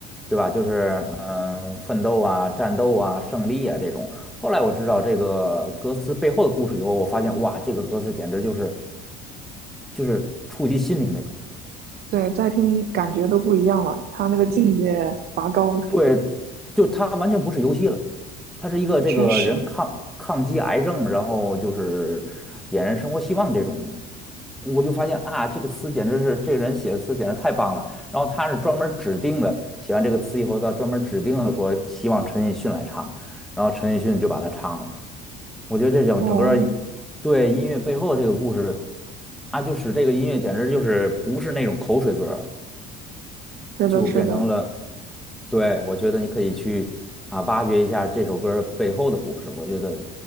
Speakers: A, in the centre; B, on the right.
A: 对吧？就是嗯、呃奋斗啊、战斗啊、胜利啊这种。后来我知道这个歌词背后的故事以后，我发现哇，这个歌词简直就是就是触及心灵那种。
B: 对，再听感觉都不一样了，他那个境界拔高了，
A: 对。就他完全不是游戏了，他是一个这个人抗抗击癌症，
B: 确实。
A: 然后就是点燃生活希望这种。我就发现啊，这个词简直是这个人写的词简直太棒了。然后他是专门指定的，写完这个词以后，他专门指定的说希望陈奕迅来唱，然后陈奕迅就把它唱了。我觉得这整整个儿
B: 哦，
A: 对音乐背后的这个故事啊，就使这个音乐简直就是不是那种口水歌了。
B: 是的，
A: 就变成了，
B: 是的，
A: 对，我觉得你可以去啊挖掘一下这首歌背后的故事。我觉得